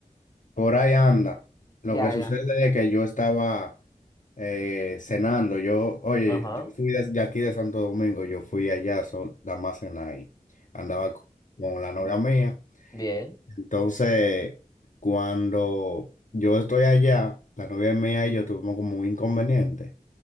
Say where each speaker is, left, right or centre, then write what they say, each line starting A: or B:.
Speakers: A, on the left; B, on the left.
A: Por ahí anda. Lo
B: Ya,
A: que sucede
B: ya.
A: es que yo estaba eh, cenando. Yo, oye,
B: Ajá,
A: yo fui de, de aquí de Santo Domingo, yo fui allá sol- nada más cenar ahí. Andaba con, con la novia mía.
B: bien,
A: Entonces, cuando yo estoy allá, la novia mía y yo tuvimos como un inconveniente